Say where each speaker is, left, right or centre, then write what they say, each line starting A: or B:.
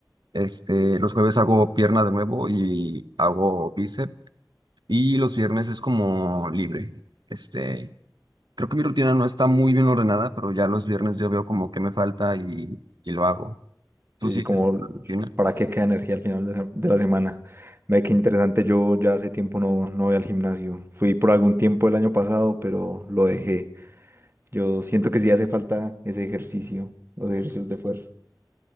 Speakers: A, on the right; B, on the right.
A: Este, los jueves hago pierna de nuevo y hago bíceps. Y los viernes es como libre. Este, creo que mi rutina no está muy bien ordenada, pero ya los viernes yo veo como que me falta y, y lo hago. ¿Tú
B: Sí,
A: sigues
B: sí, como
A: con
B: l-
A: la rutina?
B: para qué queda energía al final de, se- de la semana. Ve qué interesante, yo ya hace tiempo no, no voy al gimnasio. Fui por algún tiempo el año pasado, pero lo dejé. Yo siento que sí hace falta ese ejercicio, los ejercicios de fuerza.